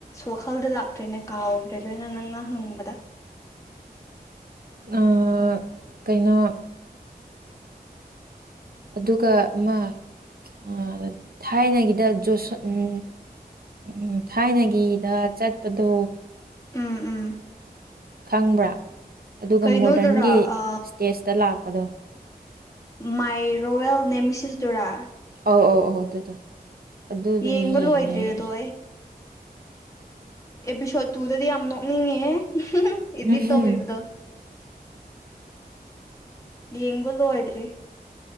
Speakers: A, on the left; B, on the right.
A: ꯋꯥꯈꯜꯗ ꯂꯥꯛꯇ꯭ꯔꯦꯅꯦ ꯀꯥꯎꯈ꯭ꯔꯦ ꯂꯣꯏꯅ ꯅꯪꯅ ꯍꯪꯕꯗ
B: ꯑꯥ ꯀꯩꯅꯣ ꯑꯗꯨꯒ ꯑꯃ ꯑ ꯊꯥꯏꯅꯒꯤꯗ ꯖꯣꯁ ꯎꯝ ꯎꯝ ꯊꯥꯏꯅꯒꯤꯗ ꯆꯠꯄꯗꯣ
A: ꯎꯝ ꯎꯝ
B: ꯈꯪꯕ꯭ꯔꯥ ꯑꯗꯨꯒ
A: ꯀꯩꯅꯣꯗꯨꯔꯥ
B: ꯃꯣꯔꯗꯟꯒꯤ
A: ꯑ
B: ꯏꯁꯇꯦꯖꯇ ꯂꯥꯛꯄꯗꯣ
A: ꯃꯥꯏ ꯔꯣꯌꯦꯜ ꯅꯦꯃꯦꯁꯤꯁꯗꯨꯔꯥ
B: ꯑꯧ ꯑꯧ ꯑꯧ ꯑꯗꯨꯗꯣ ꯑꯗꯨꯗꯣ
A: ꯌꯦꯡꯕ
B: ꯌꯦꯡꯉꯦ
A: ꯂꯣꯏꯗ꯭ꯔꯦ
B: ꯑꯩ
A: ꯑꯗꯣ ꯑꯦꯄꯤꯁꯣꯠ ꯇꯨꯗꯗꯤ ꯌꯥꯝ ꯅꯣꯛꯅꯤꯡꯉꯦꯍꯦ ꯍꯨꯝ ꯍꯨꯝ ꯏꯗꯤꯠ
B: ꯎꯝ
A: ꯇꯧꯕꯤꯕꯗꯣ ꯌꯦꯡꯕ ꯂꯣꯏꯗ꯭ꯔꯤ